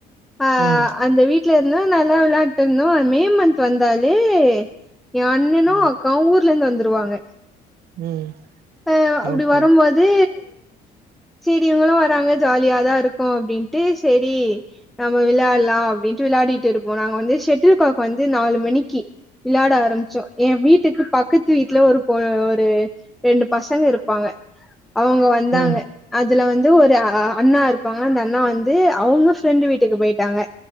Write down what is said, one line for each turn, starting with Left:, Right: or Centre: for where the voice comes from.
Centre: அ
Right: ம்
Centre: அந்த வீட்ல இர்ந்தோ நல்லா விள்ளாண்ட்டு இர்ந்தோ அ மே மந்த் வந் தாலே ஏ அண்ணனு
Right: ம்
Centre: அக்காவு ஊர்லேந்து வந்துருவாங்க
Right: ம்
Centre: அ அப்டி
Right: ஓகே
Centre: வரும்போது சீரி இவ்ங்களு வராங்க ஜாலியாதா இருக்கு அப்டின்ட்டு செரி நம்ம விள்ளாட்லா அப்டின்ட்டு விள்ளாடிட்டு இருப்போ நாங்க வந்து ஷெட்டில் காக் வந்து நாலு மிணிக்கி விளாட ஆரம்ச்சோ ஏ வீட்டுக்கு பக்கத்து வீட்ல ஒரு போ ஒரு ரெண்டு பசங்க இருப்பாங்க அவுங்க வந்தாங்க
Right: ம்
Centre: அதுல வந்து ஒரு அ அண்ணா இருப்பாங்க அந்த அண்ணா வந்து அவுங்க ஃப்ரெண்டு் வீட்டுக்கு பொய்ட்டாங்க